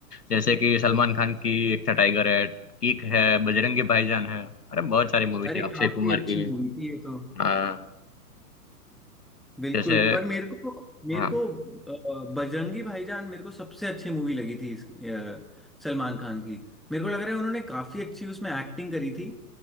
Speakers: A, on the left (about 80°); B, in the centre.
A: जैसे कि सलमान खान की एक था टाइगर है किक है बजरंगी भाईजान है अरे बहुत सारी मूवी
B: अरे
A: थी अक्षय
B: काफी
A: कुमार
B: अच्छी
A: की
B: मूवी थी ये तो
A: हाँ
B: बिल्कुल
A: जैसे
B: पर मेरे को मेरे
A: हाँ
B: को अ, बजरंगी भाईजान मेरे को सबसे अच्छी मूवी लगी थी इसकी अ, सलमान खान की मेरे को लग रहा है उन्होंने काफी अच्छी उसमें एक्टिंग करी थी